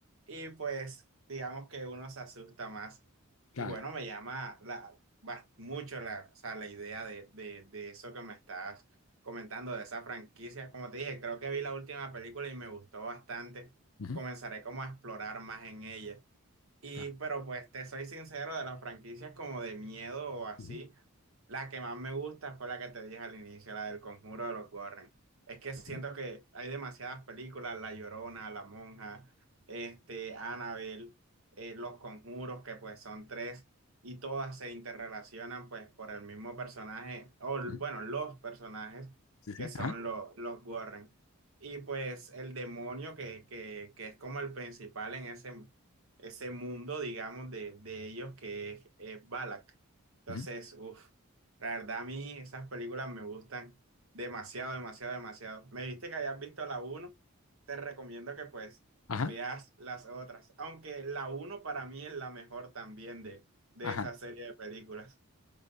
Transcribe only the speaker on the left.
claro,
ujú,
claro,
ujú,
ujú,
ujú,
sí,
sí,
ajá,
ujú,
ajá,
ajá,